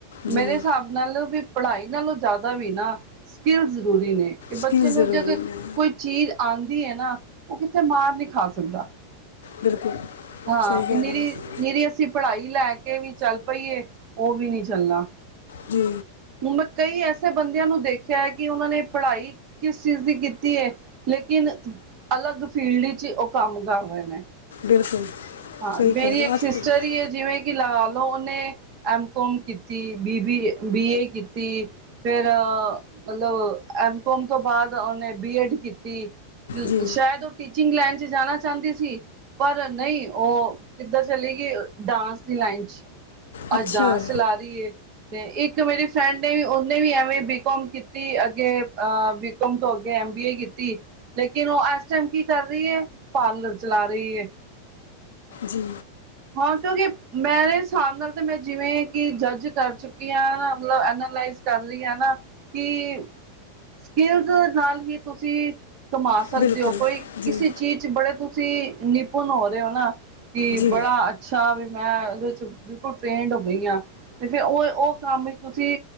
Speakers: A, on the left (about 65°); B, on the right (about 40°).
A: ਜੀ
B: ਮੇਰੇ ਸਾਬ ਨਾਲ ਵੀ ਪੜ੍ਹਾਈ ਨਾਲੋਂ ਜ਼ਾਦਾ ਵੀ ਨਾ ਸਕਿੰਲਸ ਜ਼ਰੂਰੀ ਨੇ, ਏ ਬੱਚੇ
A: ਸਕਿੱਲ
B: ਨੂੰ
A: ਜ਼ਰੂਰੀ
B: ਜੇ ਅਗਰ
A: ਨੇ
B: ਕੋਈ ਚੀਜ਼ ਆਂਦੀ ਏ ਨਾ, ਓ ਕਿੱਥੇ ਮਾਰ ਨੀ ਖਾ ਸਕਦਾ।
A: ਬਿਲਕੁਲ
B: ਹਾਂ,
A: ਸਹੀ
B: ਵੀ
A: ਕਹਿ
B: ਨਿਰੀ
A: ਰਹੇ ਹੋ।
B: ਨਿਰੀ ਅਸੀਂ ਪੜ੍ਹਾਈ ਲੈ ਕੇ ਵੀ ਚੱਲ ਪਈਏ, ਓ ਵੀ ਨੀ ਚੱਲਣਾ।
A: ਜੀ
B: ਹੁਣ ਮੈਂ ਕਈ ਐਸੇ ਬੰਦਿਆਂ ਨੂੰ ਦੇਖਿਆ ਐ ਕੀ, ਓਨਾਂ ਨੇ ਪੜ੍ਹਾਈ ਕਿਸ ਚੀਜ਼ ਦੀ ਕੀਤੀ। ਤੀ ਏ, ਲੇਕਿਨ ਅਲੱਗ ਫੀਲਡ ਵਿੱਚ ਓ ਕੰਮ ਕਰ ਰਏ ਨੇ।
A: ਬਿਲਕੁਲ।
B: ਹਾਂ,
A: ਸਹੀ
B: ਮੇਰੀ
A: ਕਹਿ ਰਹੇ
B: ਇੱਕ
A: ਹੋ। ਅੱਜ
B: ਸਿਸਟਰ ਈ ਏ ਜਿਵੇਂ ਕੀ ਲਗਾ ਲੋ ਓਨੇ ਐਮ ਕੌਮ ਕੀਤੀ, ਬੀਬੀ ਬੀ ਏ, ਬੀ ਏ ਕੀਤੀ ਫੇਰ ਮਲਬ ਐਮ ਕੌਮ ਤੋਂ ਬਾਦ, ਓਨੇ ਬੀ ਐਡ ਕੀਤੀ।
A: ਜੀ
B: ਸ਼ੈਦ ਓ ਟੀਚਿੰਗ ਲਾਈਨ 'ਚ ਜਾਣਾ ਚਾਂਦੀ ਸੀ, ਪਰ ਨਈ। ਓ ਕਿਧਰ ਚਲੀ ਗੀ, ਡਾਂਸ ਦੀ ਲਾਈਨ 'ਚ।
A: ਅੱਛਾ
B: ਅੱਜ ਡਾਂਸ ਚਲਾ ਰੀ ਏ। ਤੇ ਇੱਕ ਮੇਰੀ ਫਰੈਂਡ ਨੇ ਵੀ ਓਨੇ ਵੀ ਐਵੇ ਬੀ ਕੌਮ ਕੀਤੀ ਅੱਗੇ ਅ ਬੀ ਕੋਮ ਤੋਂ ਅੱਗੇ ਐਮ ਬੀ ਏ ਕੀਤੀ, ਲੇਕਿਨ ਓ ਐਸ ਟੈਮ ਕੀ ਕਰ ਰੀ ਏ, ਪਾਰਲਰ ਚਲਾ ਰਈ ਏ।
A: ਜੀ।
B: ਹਾਂ, ਕਿਉਂਕਿ ਮੇਰੇ ਸਾਬ ਨਾਲ ਤਾਂ ਮੈਂ ਜਿਵੇਂ ਕੀ ਜੱਜ ਕਰ ਚੁੱਕੀ ਆਂ, ਮਤਲਬ ਐਨਾਲਾਇਜ਼ ਕਰ ਰੀ ਆ ਨਾ, ਕੀ ਸਕਿਲਸ ਨਾਲ ਹੀ ਤੁਸੀਂ ਕਮਾ ਸਕਦੇ
A: ਬਿਲਕੁਲ
B: ਓ ਕੋਈ
A: ਜੀ
B: ਕਿਸੇ ਚੀਜ਼ 'ਚ ਬੜੇ ਤੁਸੀਂ ਨਿਪੁੰਨ ਹੋ ਰੇ ਓ ਨਾ ਕੀ
A: ਜੀ
B: ਬੜਾ ਅੱਛਾ ਵੀ, ਮੈਂ ਓਦੇ 'ਚ ਬਿਲਕੁਲ ਟ੍ਰੇਨਡ ਹੋ ਗਈ ਆਂ। ਤੇ ਫੇਰ ਉਹ- ਉਹ ਕੰਮ ਵਿੱਚ ਤੁਸੀਂ